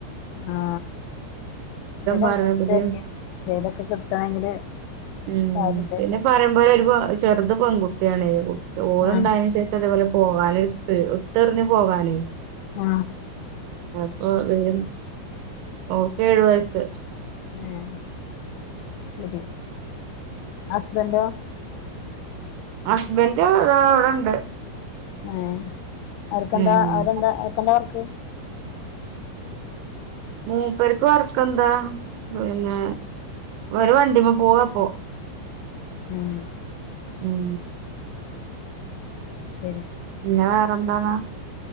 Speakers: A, on the left (about 80°); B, on the right (about 80°).
A: ആ എന്തേലും
B: പറഞ്ഞപ്പഴേ
A: അന്വേഷിച്ചോക്കിയേ എന്തേലൊക്കെ കിട്ടണെങ്കില്
B: ഉം
A: കാര്യല്ലേ
B: പിന്നെ പറയുമ്പോലെ <unintelligible> ഒരു ചെറു ഇതു പെൺകുട്ടിയാണേ ഓളുണ്ടായതിനു
A: ആഹ്
B: ശേഷം അതേപോലെ പോകാനും ഇട്ടെറിഞ്ഞു പോകാനേ
A: ആ
B: അപ്പൊ വരും ഓക്കേഴു വയസ്സ്
A: ആ ശരി ഹസ്ബൻഡോ
B: ഹസ്ബന്റ് ദാ ഇവിടൊണ്ട്
A: ഏ അവർക്കെന്താ
B: ഉം
A: അവരെന്താ അവർക്കെന്താ വർക്ക്
B: മൂപ്പർക്ക് വർക്കെന്താ പിന്നെ അവരെ വണ്ടിമ്മേ പോവാ ഇപ്പോ
A: ഉം
B: ഉം
A: ശരി
B: പിന്നെ വേറെന്താന്നാണ്